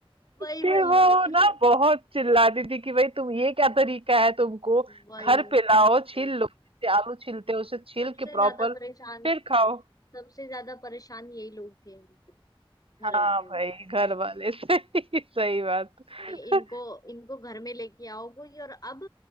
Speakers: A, on the left; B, on the right.
A: वही
B: फिर
A: वही
B: वो
A: अरे
B: ना बहुत चिल्लाती थी कि भाई तुम ये क्या तरीका है तुमको
A: वही
B: घर पे लाओ छील
A: वही
B: लो जिससे आलू छीलते हो उसे छील
A: सबसे
B: के प्रॉपर
A: ज्यादा परेशान
B: फिर खाओ
A: सबसे ज्यादा परेशान यही लोग थे हमके घर
B: हाँ
A: वाले
B: भाई
A: बस
B: घर
A: टाइम
B: वाले
A: पे
B: <laughs> सही सही बात
A: कि
B: हम्म।
A: इनको इनको घर में लेके आओ कोई और अब